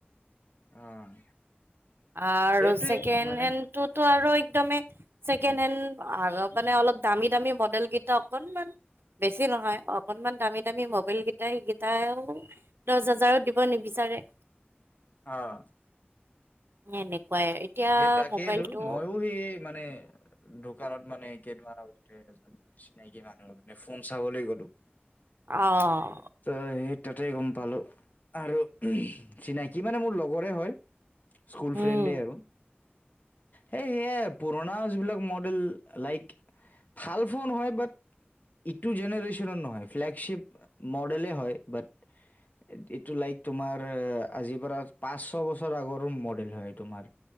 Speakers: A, on the left; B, on the right.
A: অ'।
B: আৰু
A: সেইটোৱে
B: ছেকেণ্ড
A: মানে
B: হেণ্ড তোতো আৰু একদমেই ছেকেণ্ড হেণ্ড মানে অলপ দামী দামী মডেল কেইটা অকনমান বেছি নহয়, অকনমান দামী দামী মবাইল কেইটাই সেইকেইটাইও দহ হাজাৰত দিব নিবিচাৰে।
A: অঁ।
B: এনেকুৱাই। এতিয়া
A: সেই তাকেইতো,
B: মোবাইলটো
A: মইও সি মানে দোকানত মানে কেইদিনমান আগতে যাম চিনাকি মানুহৰ লগত মানে ফোন চাবলৈ গ'লো।
B: অঁ।
A: ত' সেই তাতেই গম পালোঁ। আৰু চিনাকি মানে মোৰ লগৰে হয়, স্কুল ফ্ৰেণ্ডে
B: উম
A: আৰু। সেই সেয়াই পুৰণা যিবিলাক মডেল লাইক ভাল ফোন হয় বাট ইটু জেনেৰেশনৰ নহয়, ফ্লেগশিপ মডেলে হয় বাট এইটো লাইক তোমাৰ আজিৰ পৰা পাঁচ ছয় বছৰ আগৰ মডেল হয় তোমাৰ।